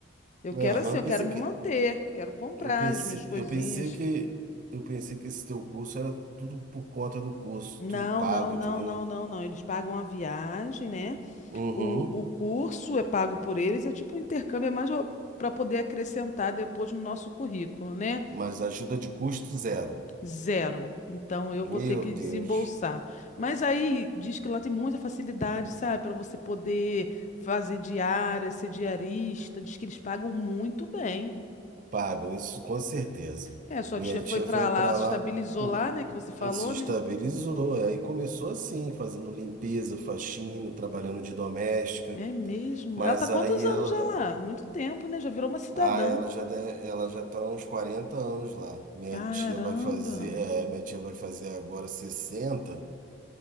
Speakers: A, on the left (about 35°); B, on the right (about 40°).
A: Eu
B: Aham,
A: quero assim, eu
B: Pensei
A: quero me
B: que.
A: manter, quero comprar
B: Eu pensei,
A: as minhas coisinhas.
B: eu pensei que. Eu pensei que esse teu curso era tudo por conta do curso,
A: Não,
B: tudo pago,
A: não, não,
B: entendeu?
A: não, não, não. Eles pagam a viagem, né?
B: Uhum.
A: O, o curso é pago por eles, é tipo um intercâmbio, é mais para poder acrescentar depois no nosso currículo, né?
B: Mas ajuda de custo zero.
A: Zero. Então eu
B: Meu
A: vou ter que
B: Deus,
A: desembolsar. Mas aí diz que lá tem muita facilidade, sabe? Para você poder fazer diária, ser diarista. Diz que eles pagam muito bem.
B: pagam isso com certeza.
A: É, sua
B: Minha
A: tia foi
B: tia
A: para
B: foi
A: lá,
B: para
A: ela se
B: lá,
A: estabilizou
B: hum,
A: lá, né? Que você falou,
B: hum, se estabilizou,
A: né?
B: aí começou assim, fazendo limpeza, faxina, trabalhando de doméstica,
A: É mesmo.
B: mas
A: Ela tá há quantos
B: aí
A: anos
B: ela,
A: já lá? Muito tempo, né? Já virou uma cidadã.
B: ah, ela já deve- ela já tá há uns 40 anos lá. Minha
A: Caramba!
B: tia vai fazer, é, minha tia vai fazer agora 60